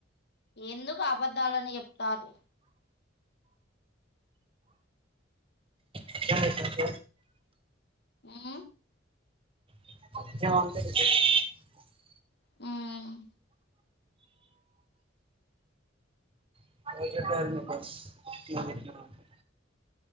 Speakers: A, on the left; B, on the right.
A: ఎందుకు ఆబద్దాలని చెప్తారు
B: నిజమే చెప్
A: హ్మ్
B: <inaudible>
A: మ్మ్
B: <inaudible>